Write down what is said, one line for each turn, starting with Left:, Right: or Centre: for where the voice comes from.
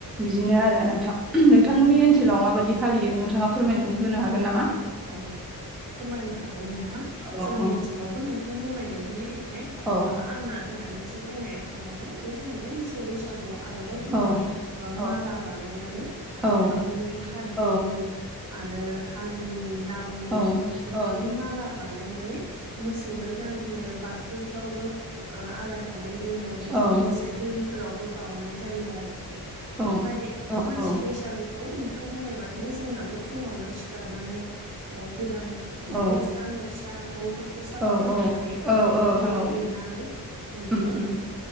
Centre: बिदिनो आरो नोंथां। उमह नोंथांमोननि
Right: औ
Centre: ओनसोलाव माबायदि फालियो नोंथांङा फोरमायनानै होनो हागोन नामा?
Right: औ फोरमायनो हागोन नोंथां जोंनि
Centre: औ औ
Right: ओनसोलावबो नोंथां बुंनाय बायदिनो एक खे ओ
Centre: औ
Right: आंना दहाय मोनसे बुंनाया थालांदों बे जाहैबाय मोसौ बैसागुआव आरोबाव जोंना
Centre: औ
Right: ओ
Centre: औ
Right: माला बानायनानै फान्थाव
Centre: औ
Right: थावनि खाद्रिनि
Centre: औ
Right: आरो हाल दैनि लावनि
Centre: औ
Right: बेफोरनि
Centre: औ
Right: माला बानायनानै मोसौनो गानहोयो बाथौफ्रावबो आलायनानै दोनो
Centre: औ
Right: बेजों लोगोसे दैफोरावबो बाउनाय जायो आरोखि।
Centre: औ
Right: ओमफ्राय
Centre: औ
Right: मानसि
Centre: औ
Right: बैसागुखौ नोंथां बुंनाय बादिनो जोंनाबो फुङावनो सिखार नानै ओ गोदान दुगैस्रां
Centre: औ
Right: लोबस्रां न'फोरखौ साफा
Centre: औ
Right: खालामनानै अगदाबमफोर
Centre: औ औ नोंथां
Right: खौ
Centre: औ
Right: लिरनानै बिदिनो
Centre: उम उम